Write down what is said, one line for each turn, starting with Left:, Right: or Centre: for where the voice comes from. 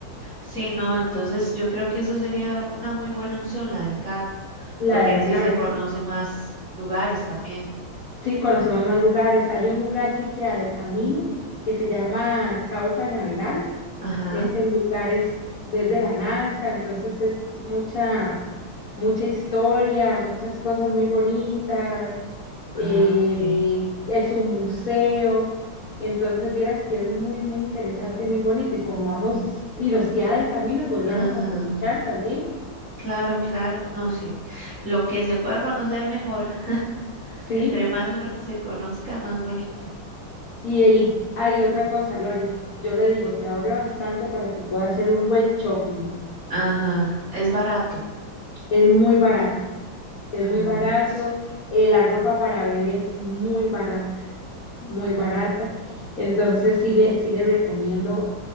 Right: Sí, no, entonces yo creo que eso sería una muy buena opción, la del carro,
Left: La
Right: porque
Left: del
Right: así
Left: carro,
Right: se conoce
Left: sí.
Right: más lugares también.
Left: Sí, conocemos más lugares. Hay un lugar que queda de camino que se llama Cabo Cañaveral
Right: Ajá.
Left: es en lugares desde la NASA, entonces es mucha, mucha historia, muchas cosas muy bonitas,
Right: Ah,
Left: eh,
Right: ok.
Left: es un museo, entonces vieras que es muy, muy interesante y muy bonito, y como vamos y nos queda de camino, podríamos
Right: Ajá.
Left: aprovechar también,
Right: Claro, claro, no, sí. Lo que se pueda conocer mejor. <laughs>
Left: ¿sí?
Right: Entre más se uno- se conozca, más bonito.
Left: Y ahí hay otra cosa, Gloris, yo le digo que ahorre bastante para que pueda hacer un buen shopping,
Right: Ajá, es barato.
Left: es muy barato, es
Right: A
Left: muy barato,
Right: ver.
Left: eh, la ropa para bebés es muy barata muy barata. Entonces sí le, sí le recomiendo